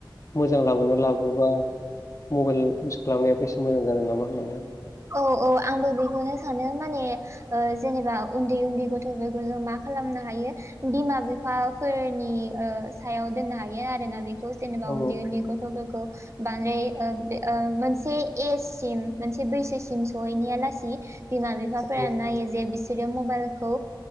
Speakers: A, on the left; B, on the right.
A: मोजां लाबोनो लाबोबा मबाइल इउस खालामनाया बेसे मोजां जागोन नामा होननानै
B: औ औ आंबो बेखौनो सानो माने ओ जेनेबा उन्दै उन्दै गथ'फोरखौ जों मा खालामनो हायो बिमा बिफाफोरनि सायाव दोननो हायो आरोना बेखौ जेनेबा
A: औ
B: उन्दै उन्दै गथ'फोरखौ बांद्राय मोनसे एजसिम ओ मोनसे बैसोसिम सहैनाया लासि बिमा बिफाफोरा
A: औ
B: नायो जे बिसोरो मबाइलखौ